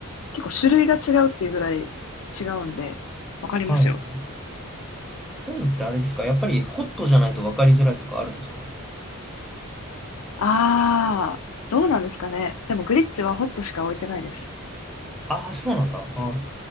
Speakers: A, on the left; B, in the centre.
A: 結構種類が違うっていうぐらい違うんで、わかりますよ。
B: はい。そういうのってあれですかやっぱりホットじゃないと分かりづらいとかあるんですか
A: あー、どうなんですかね。でもグリッチはホットしか置いてないです。
B: ああー、そうなんだ。あ